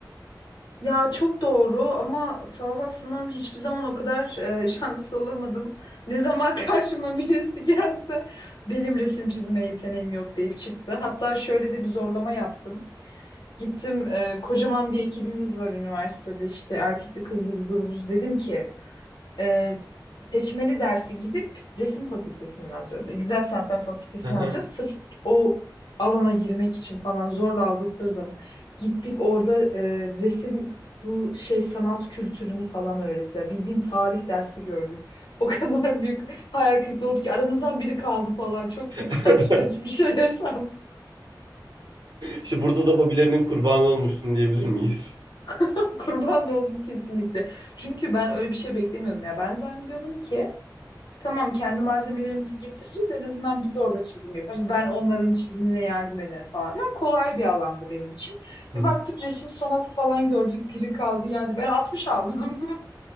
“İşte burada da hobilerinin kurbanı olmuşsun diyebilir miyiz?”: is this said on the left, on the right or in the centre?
Right